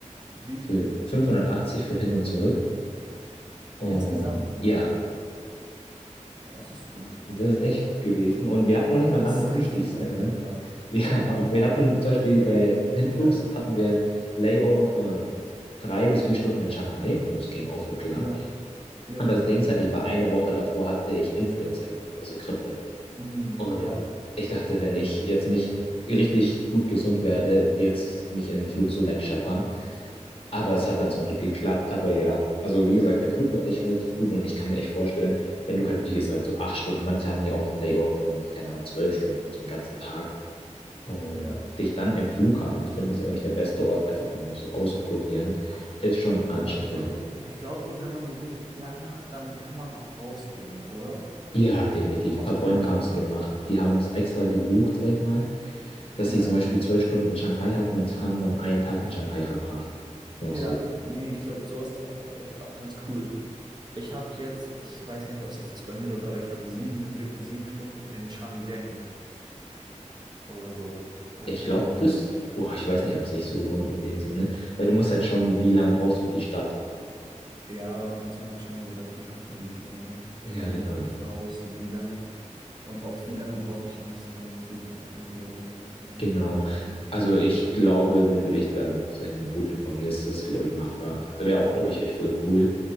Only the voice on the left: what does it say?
Für
580 für hin und zurück. Und
ja,
das ist echt gut gewesen. Und wir hatten auch nicht mal
lange
Umstiegszeiten.
<laughs> Ja, wir hatten zum Beispiel bei Hinflugs
hatten wir ein Layover von drei bis vier Stunden in Shanghai. Also es ging auch voll klar.
Aber das Ding ist halt, ich war eine Woche davor hatte ich Influenza gehabt, also Grippe.
Und
ich dachte, wenn ich jetzt nicht richtig gut gesund werde, wird es mich im Flug so wegscheppern. Aber
es hat dann zum Glück geklappt. Aber ja, also wie gesagt, der Flug war echt relativ gut und ich kann mir echt vorstellen, wenn du halt, wie gesagt, so acht Stunden, manche haben ja auch einen Layover von, keine Ahnung, zwölf Stunden, so einen ganzen Tag. Und
dich dann im Flughafen befinden, ist ja auch nicht der beste Ort, einfach um so auszukurieren, ist schon
anstrengend.
Ja, definitiv.
Ein paar
Freunde
haben es gemacht. Die haben es extra gebucht, sag ich mal dass
sie zum Beispiel zwölf Stunden in Shanghai hatten und haben dann einen Tag in Shanghai verbracht. Noch
so.
Ich
glaube,
das,
boah,
ich weiß nicht, ob es sich so lohnt in dem Sinne, weil du musst halt schauen, wie lange brauchst du in die Stadt.
Ja,
genau,
genau.
Also ich glaube, wenn du dich dann, sag ich mal, gut informierst, ist es, glaube ich, machbar. Wäre auch, glaube ich, echt voll cool.